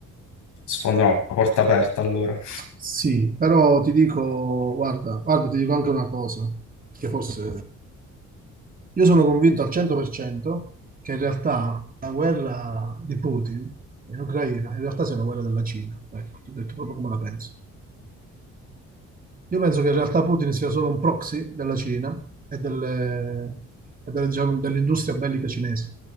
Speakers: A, on the left; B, on the right.
A: sfondano la porta aperta allora.
B: Sì, però ti dico, guarda, guarda, ti dico anche una cosa, che forse io sono convinto al 100% che in realtà la guerra di Putin in Ucraina in realtà sia una guerra della Cina, ecco, ti ho detto proprio come la penso. Io penso che in realtà Putin sia solo un proxy della Cina e delle- e delle, diciamo, dell'industria bellica cinese,